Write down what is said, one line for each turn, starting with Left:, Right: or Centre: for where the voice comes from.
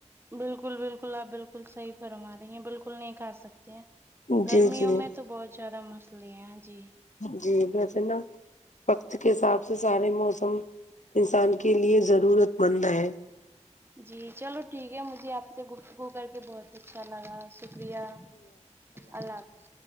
Right: بالکل بالکل آپ بالکل صحیح فرما رہی ہیں بالکل بالکل نہیں کھا سکتے ہیں گرمیوں
Left: جی جی
Right: میں تو بہت زیادہ مسلے ہیں جی
Left: جی ویسے نا وقت کے حساب سے سارے موسم انسان کے لیے ضرورت مند ہے
Right: جی چلو ٹھیک ہے مجھے آپ سے گفتگو کر کے بہت اچھا لگا شکریہ اللہ حافظ